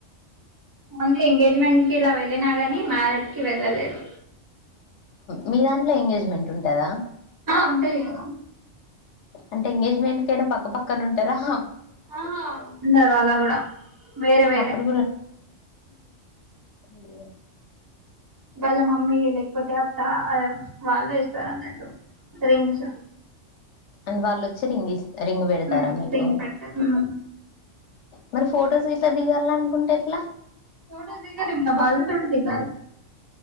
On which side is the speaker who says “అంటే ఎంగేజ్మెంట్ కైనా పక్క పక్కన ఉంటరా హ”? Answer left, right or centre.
Left